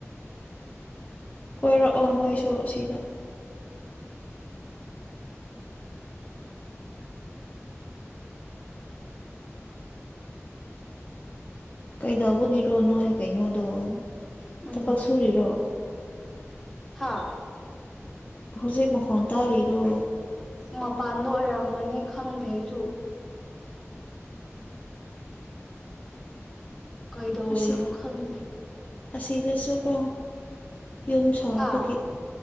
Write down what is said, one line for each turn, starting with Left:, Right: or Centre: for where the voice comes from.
Left: ꯀꯣꯏꯔꯛꯑꯣ ꯅꯣꯏꯁꯨ ꯁꯤꯗ ꯀꯩꯗꯧꯕꯒꯤꯔꯣ ꯅꯣꯏ ꯀꯩꯅꯣꯗꯣ
Centre: ꯎꯝ
Left: ꯊꯕꯛ ꯁꯨꯔꯤꯔꯣ
Centre: ꯍꯥꯥ
Left: ꯍꯧꯖꯤꯛ ꯃꯈꯣꯟ ꯇꯥꯔꯤꯗꯣ
Centre: ꯃꯄꯥꯟꯗ ꯑꯣꯏꯔꯝꯒꯅꯤ ꯈꯪꯗꯦ ꯑꯩꯁꯨ ꯀꯩꯗꯧꯔꯤꯅꯣ
Left: ꯑꯁꯤ
Centre: ꯈꯪꯗꯦ
Left: ꯑꯁꯤꯗꯁꯨꯀꯣ ꯌꯨꯝ ꯁꯥꯕꯒꯤ
Centre: ꯍꯥ